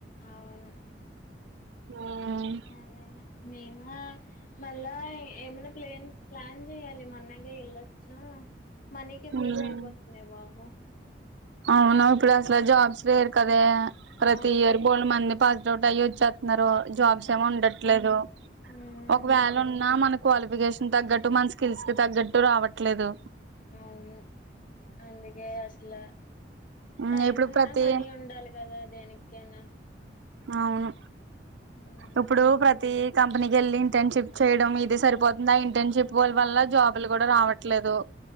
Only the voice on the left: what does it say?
ఆవును
అదేలే మేము మళ్ళా ఏమైనా ప్లేన్ ప్లాన్ చేయాలి మొన్నగా వెళ్ళొచ్చు మనీకి ఇబ్బంది
అయిపోతుందే బాబు
అవును
హ్మ్
హ్మ్
అవును అందుకే అసలు
టైం
ఉన్నా
మనీ ఉండాలి కదా దేనికైనా
హ్మ్